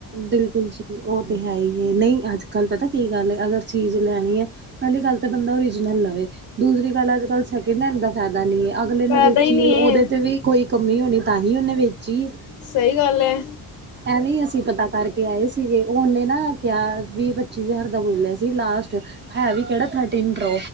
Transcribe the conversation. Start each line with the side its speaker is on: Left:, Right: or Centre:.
Right: ਬਿਲਕੁਲ ਜੀ ਉਹ ਤੇ ਹੈ ਈ ਏ ਨਹੀਂ ਅੱਜ ਕੱਲ੍ਹ ਪਤਾ ਕੀ ਗੱਲ ਏ ਅਗਰ ਚੀਜ਼ ਲੈਣੀ ਐ ਪਹਿਲੀ ਗੱਲ ਤਾਂ ਬੰਦਾ ਓਰੀਜਨਲ ਲਵੇ ਦੂਸਰੀ ਗੱਲ ਅੱਜ-ਕੱਲ੍ਹ ਸੈਕਿੰਡ ਹੈਂਡ ਦਾ ਫੈਦਾ ਨੀ ਅਗਲੇ
Left: ਫਾਇਦਾ
Right: ਨੇ ਵੇਚੀ
Left: ਹੀ ਨਹੀਂ
Right: ਉਹਤੇ
Left: ਏ
Right: ਵੀ ਕੋਈ ਕਮੀ ਹੋਣੀ ਤਾਂ ਹੀ ਉਨੇ ਵੇਚੀ ਏ
Left: ਸਹੀ ਗੱਲ ਐ
Right: ਐਵੇਂ ਈ ਅਸੀਂ ਪਤਾ ਕਰਕੇ ਆਏ ਸੀਗੇ ਉਨੇ ਨਾ ਕਿਹਾ ਵੀਹ ਪੱਚੀ ਹਜ਼ਾਰ ਦਾ ਬੋਲਿਆ ਸੀ ਲਾਸਟ ਹੈ ਵੀ ਕੇੜਾ ਥਰਟੀਨ ਪ੍ਰੋ